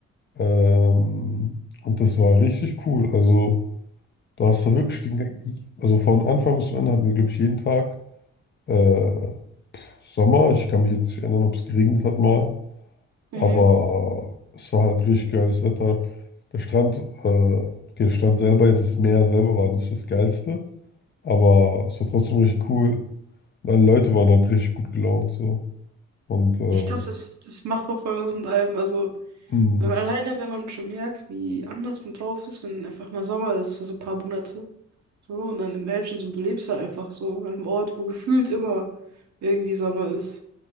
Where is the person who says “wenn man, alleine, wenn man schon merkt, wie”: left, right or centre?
Right